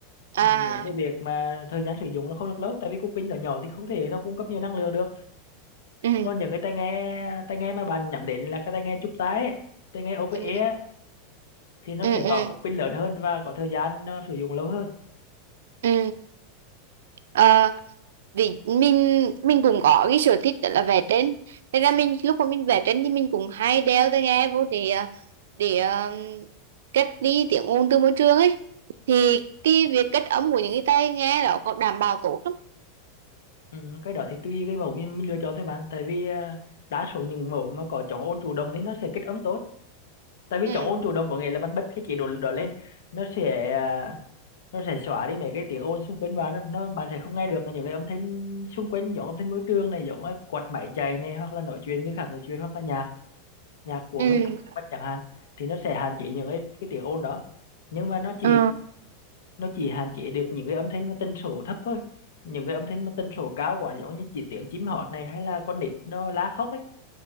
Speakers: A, on the right; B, on the left.
A: à
B: dẫn đến cái việc mà thời gian sử dụng nó không được lâu tại vì cục pin nó nhỏ thì không thể nó cung cấp nhiều năng lượng được
A: ừ
B: còn những cái tai nghe tai nghe mà bạn nhắm đến là cái tai nghe chụp tai ấy, tai nghe over
A: ừ
B: ear thì nó
A: ừ
B: sẽ
A: ừ,
B: có cục pin lớn hơn và có thời gian nó sử dụng lâu hơn
A: ừ. Ờ, vì mình mình cũng có cái sở thích đó là vẽ tranh thế ra mình lúc mà mình vẽ tranh thì mình cũng hay đeo tai nghe vô để à, để à, cách đi tiếng ồn từ môi trường ấy thì cái việc cách âm của những cái tai nghe đó có đảm bảo tốt lắm
B: ừ, cái đó thì tùy cái mẫu mình, mình lựa chọn thôi bạn tại vì à, đa số những mẫu mà có chống ôn chủ động thì nó sẽ kết ấm tốt tại vì
A: ừ
B: chống ôn chủ động có nghĩa là bạn bật cái chế độ đó lên nó sẽ à, nó sẽ xóa đi mấy cái tiếng ồn xung quanh bạn nó bạn sẽ không nghe được những cái âm thanh xung quanh giống âm thanh môi trường này giống cái quạt máy chạy này hoặc là nói chuyện người khác nói chuyện hoặc là nhạc nhạc của
A: ừ
B: người khác chẳng hạn thì nó sẽ hạn chế những cái, cái tiếng ồn đó nhưng mà nó chỉ
A: Ờ,
B: nó chỉ hạn chế được những cái âm thanh mà tần số thấp thôi những cái âm thanh mà tần số cao quá giống như chỉ tiếng chim hót này hay là con nít nó la khóc ấy